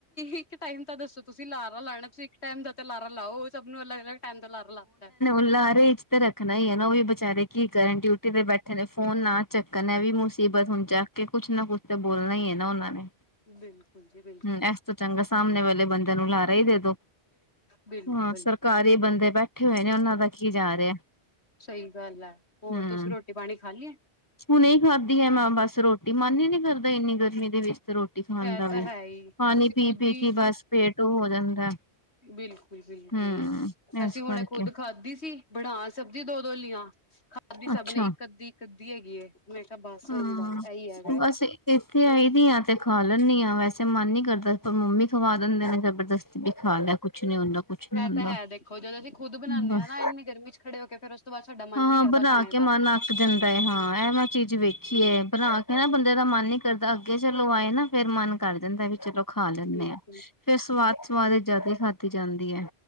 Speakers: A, on the left; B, on the left.
A: ਇੱਕ ਟਾਈਮ ਤਾਂ ਦੱਸੋ ਤੁਸੀਂ ਲਾਰਾ ਲਾਣਾ ਇੱਕ ਟਾਈਮ ਦਾ ਤੇ ਲਾਰਾ ਲਾਓ' ਸਭ ਨੂੰ ਅਲੱਗ ਅਲੱਗ ਟੈਮ ਦਾ ਲਾਰਾ ਲਾਤਾਂ ਹੈਂ।
B: ਲਾਰੇ ਚ ਤੇ ਰੱਖਣਾ ਹੀ ਹੈ ਨਾ ਉਹ ਵੀ ਬਚਾਰੇ ਕੀ ਕਰਨ ਡਿਊਟੀ ਤੇ ਬੈਠੇ ਨੇ ਫੋਨ ਨਾ ਚੱਕਣ ਐ ਵੀ ਮੁਸੀਬਤ ਹੁਣ ਚੱਕ ਕੇ ਕੁਛ ਨਾ ਕੁਛ ਤਾਂ ਬੋਲਣਾ ਹੀ ਹੈ ਨਾ ਉਹਨਾਂ ਨੇ
A: ਬਿਲਕੁਲ ਜੀ ਬਿਲਕੁਲ,
B: ਹਮ ਇਸ ਚੰਗਾ ਸਾਹਮਣੇ ਵੇਲੇ ਬੰਦਿਆਂ ਨੂੰ ਲਾਰਹਾ ਹੀ ਦੇ ਦੋ,
A: ਬਿਲਕੁਲ
B: ਹਾਂ ਸਰਕਾਰੀ ਬੰਦੇ ਜੇ ਬੈਠੇ ਹੋਏ ਨੇ ਉਹਨਾਂ ਦਾ ਕੀ ਜਾ ਰਿਹਾ,
A: ਸਹੀ ਗੱਲ ਹੈ ਹੋਰ
B: ਹੂੰ।
A: ਤੁਸੀਂ ਰੋਟੀ ਪਾਣੀ ਖਾ ਲਈ ਹੈ
B: ਹੁਣ ਇਹ ਖਾਦੀ ਹੈ ਮੈਂ ਬਸ ਰੋਟੀ ਮਨ ਹੀ ਨੀ ਕਰਦਾ ਇੰਨੀ ਗਰਮੀ ਦੇ ਵਿੱਚ ਤੇ ਰੋਟੀ ਖਣ
A: ਇਹ
B: ਦਾ ਵੀ,
A: ਤਾਂ ਹੈ ਹੀ
B: ਪਾਣੀ
A: ਅਸੀਂ ਖੁਦ
B: ਪੀ ਪੀ
A: ਹੀ
B: ਕੇ ਬਸ ਪੇਟ ਉਹ ਹੋ ਜਾਂਦਾ,
A: ਬਿਲਕੁਲ ਬਿਲਕੁਲ
B: ਹਮ ਇਸ
A: ਅਸੀਂ ਹੁਣ
B: ਕਰਕੇ
A: ਖੁੱਦ ਖਾਧੀ ਸੀ ਬਣਾ ਸਬਜ਼ੀ ਦੁੱਧ ਦੋਲੀਆਂ ਖਾਧੀ
B: ਅੱਛਾ
A: ਸਭ ਨੇ ਇੱਕ ਅੱਧੀ ਇੱਕ ਅੱਧੀ ਹੈਗੀ ਏ, ਮੈਂ ਕਿਹਾ ਬਸ
B: ਹਾਂ
A: ਹੁਣ ਬਸ ਇਹੀ ਹੈਗਾ।
B: ਬਸ ਇੱਥੇ ਆਈ ਦੀ ਆ ਤੇ ਖਾ ਲੈਦੀ ਹਾਂ ਵੈਸੇ ਮਨ ਨੀ ਕਰਦਾ ਪਰ ਮੰਮੀ ਖਵਾ ਦਿੰਦੇ ਨੇ ਜਬਰਦਸਤੀ ਵੀ ਖਾ ਲਿਆ ਕੁਛ ਨੀ ਹੁੰਦਾ ਕੁਛ ਨੀ ਹੁੰਦਾ,
A: ਇਹ ਤਾਂ ਹੈ ਦੇਖੋ ਜਦੋਂ ਅਸੀਂ ਖੁਦ ਬਣਾਉਂਦੇ
B: ਬਸ,
A: ਹਾਂ ਨਾ ਇੰਨੀ ਗਰਮੀ ਚ ਖੜੇ ਹੋ ਕੇ ਫੇਰ ਉਸ ਤੋਂ ਬਾਅਦ ਸਾਡਾ ਮਨ
B: ਹਾਂ
A: ਨੀ ਕਰਦਾ
B: ਬਣਾ
A: ਖਾਣੇ
B: ਕੇ
A: ਦਾ
B: ਮਨ ਆਕ ਜਾਂਦਾ ਏ ਹਾਂ, ਹਾਂ, ਇਹ ਮੈਂ ਚੀਜ਼ ਵੇਖੀਏ ਬਣਾ ਕੇ ਨਾ ਬੰਦੇ ਦਾ ਮਨ ਨੀ ਕਰਦਾ ਅੱਗੇ ਚਲੋ ਆਏ ਨਾ ਫੇਰ ਮਨ ਕਰ ਦਿੰਦਾ ਵੀ ਚਲੋ। ਖਾ ਲੈਂਦੇ
A: ਬਿਲਕੁਲ
B: ਹਾਂ ਫੇਰ ਸਵਾਦ ਸਵਾਦ ਜਿਆਦਾ ਖਾਧੀ ਜਾਂਦੀ ਹੈ।